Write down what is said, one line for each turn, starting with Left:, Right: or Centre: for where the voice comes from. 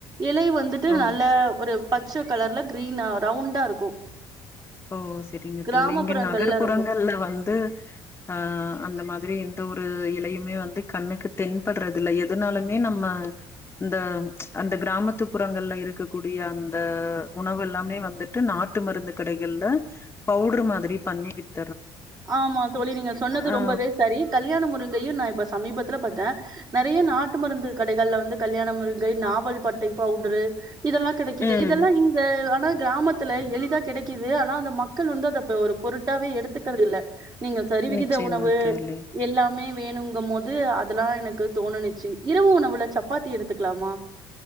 Right: இலை வந்துட்டு
Left: ஓ
Right: நல்ல ஒரு பச்ச கலர்ல கிரீனா ரவுண்டா இருக்கு
Left: ஓ செரிங்க
Right: கிராமப்புறங்கள்ல
Left: தோழி இங்க நகர்ப்புறங்கள்ல
Right: ரொம்ப
Left: வந்து அ அந்த மாதிரி எந்த ஒரு இலையுமே வந்து கண்ணுக்கு தென்படுறதுல்ல எதனாலுமே நம்ம இந்த அந்த கிராமத்து புறங்கள்ல இருக்கக்கூடிய அந்த உணவெல்லாமே வந்துட்டு நாட்டு மருந்து கடை கள்ல பவுடர் மாதிரி பண்ணி வித்
Right: ஆமா தோழி நீங்க சொன்னது
Left: ஆ
Right: ரொம்பவே சரி கல்யாணம் முருங் கையு நா இப்ப சமீபத்துல பாத்த நறைய நாட்டு மருந்து கடைகள்ல வந்து கல்யாணம் முருங்கை நாவல் பட்டை பவுடரு இதெல்லா கெடைக்குது
Left: ம்
Right: இதெல்லா இந்த ஆனா கிராமத்துல எளிதா கெடைக்கிது ஆனா அந்த மக்கள் வந்து அத ஒரு பொருட்டாவே எடுத்துக் துக்கறதுல்ல நீங்க சரிவிகித
Left: நிச்சயமா
Right: உணவு
Left: தோழி
Right: எல்லாமே வேணுங்கும் போோது வேணுங்கம்போது அதெல்லா எனக்கு தோணுனிச்சு இரவு உணவுல சப்பாத்தி எடுத்துக்கலாமா